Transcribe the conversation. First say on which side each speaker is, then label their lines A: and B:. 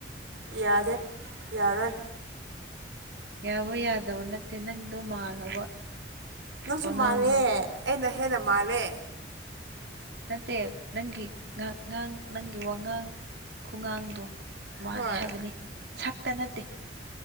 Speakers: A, on the right; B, on the right.
A: ꯌꯥꯗꯦ ꯌꯥꯔꯣꯏ
B: ꯌꯥꯕ ꯌꯥꯗꯕ ꯅꯠꯇꯦ ꯅꯪꯗꯣ ꯃꯥꯜꯂꯕ
A: ꯅꯪꯁꯨ
B: ꯋꯥꯉꯥꯡꯗꯣ
A: ꯃꯥꯜꯂꯦ ꯑꯩꯅ ꯍꯦꯟꯅ ꯃꯥꯜꯂꯦ
B: ꯅꯠꯇꯦ ꯅꯪꯒꯤ ꯉꯥꯡ ꯅꯪꯒꯤ ꯋꯥꯉꯥꯡ ꯈꯨꯉꯥꯡꯗꯣ ꯃꯥꯂꯦ
A: ꯍꯣꯏ
B: ꯍꯥꯏꯕꯅꯤ ꯁꯛꯇ ꯅꯠꯇꯦ